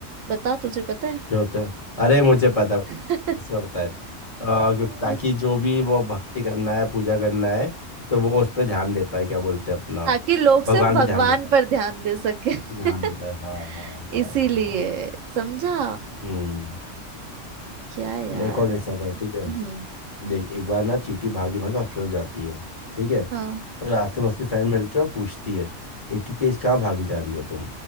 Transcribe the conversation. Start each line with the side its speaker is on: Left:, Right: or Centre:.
Right: बता तुझे पता
Left: जो होता है अरे मुझे पता
Right: है
Left: इसका पता है अ, क्योंकि
Right: <laughs>
Left: ताकि जो भी वो भक्ति करना है पूजा करना है तो वो उस पर ध्यान दे पाए क्या बोलते हैं अपना
Right: ताकि लोग सिर्फ
Left: भगवान
Right: भगवान
Left: पे ध्यान दे
Right: पर ध्यान दे सके
Left: ध्यान
Right: <laughs>
Left: दे भाई हाँ हाँ हाँ
Right: इसीलिए
Left: हाँ हाँ
Right: समझा
Left: हम्म
Right: क्या यार
Left: एक और मेरे साथ और ठीक है
Right: हम्म
Left: देख एक बार ना चींटी भागी भागी हॉस्पिटल जाती है ठीक है तो
Right: हाँ
Left: रास्ते में उसकी फ्रेंड मिलती है और पूछती है इतनी तेज कहाँ भागी जा रही हो तुम